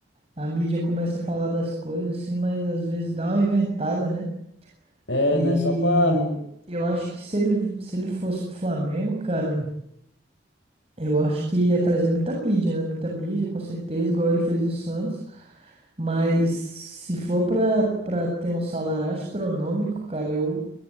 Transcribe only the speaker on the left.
É,
né? Só pra